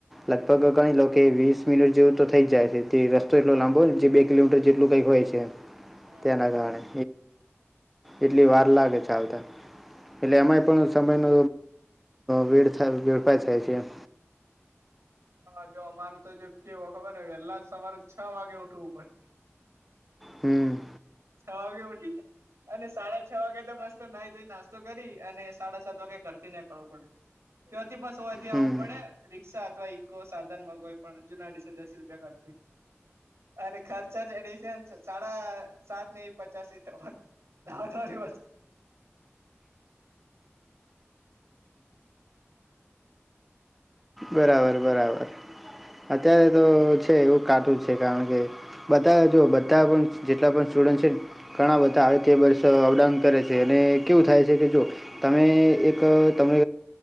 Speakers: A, in the centre; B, on the right.
A: લગભગ ગણી લો કે વીસ મિનિટ જેવું તો થઈ જાય છે. તે રસ્તો એટલો લાંબો જે બે કિલોમીટર જેટલુ કંઈક હોય છે એમ.
B: હા
A: તેના કારણે એટલી વાર લાગે ચાલતા. એટલે એમાંય પણ સમયનો વેડફાય વેડફાય થાય છે એમ.
B: હા, જો અમારે તો જો કેવુ ખબર વેલા સવારે છ વાગે ઉઠવું પડે.
A: હમ.
B: છ વાગે ઊઠી. અને સાડા છ વાગે તો, મસ્ત નાઈ ધોઈ નાસ્તો કરી, અને સાડા સાત વાગે, ઘરેથી નીકળવું પડે. તથી બસ હોયથી
A: હમ.
B: આવવું પડે રિક્ષા અથવા <unintelligible> ઈકો સાધન માં કોઈ પણ જુનાડીસે, દસ રૂપિયા ખર્ચી. અને ખર્ચા જેડ છે, સાડા સાત ની પચાસ થવાનું. દ થ દિવસ <unintelligible>
A: બરાબર, બરાબર. અત્યારે તો છે, એવું કાટુંજ છે, કારણ કે બધા જો બધા પણ જેટલા પણ સ્ટુડન્ટ છે, ઘણા બધા આવે. વર્ષ અપડાઉન કરે છે, અને કેવું થાય છે કે, જો તમે એક તમે